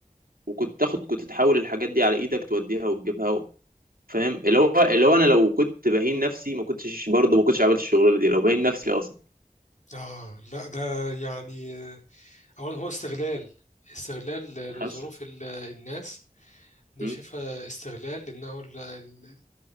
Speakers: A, on the right; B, on the left.
A: وكنت تاخد كنت تحول الحاجات دي على ايدك توديها وتجيبها فاهم اللي هو اللي هو انا لو كنت بهين نفسي ما كنتش برضه ما كنتش عملت الشغلانه دي لو بهين نفسي اصلا
B: اه لا ده يعني آه، اولا هو استغلال استغلال لظروف
A: حصل
B: ال- الناس ده
A: مم.
B: شايفها استغلال لانه ال- ال-